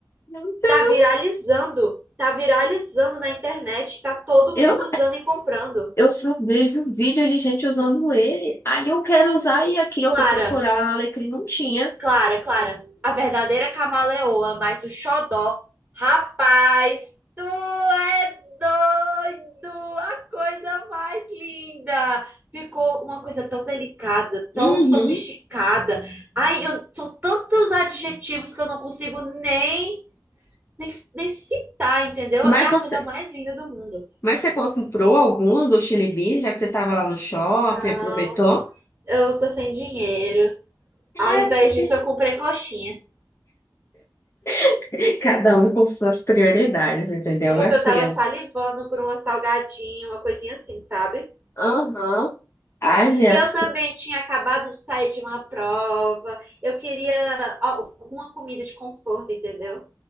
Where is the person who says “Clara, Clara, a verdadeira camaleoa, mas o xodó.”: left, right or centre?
Right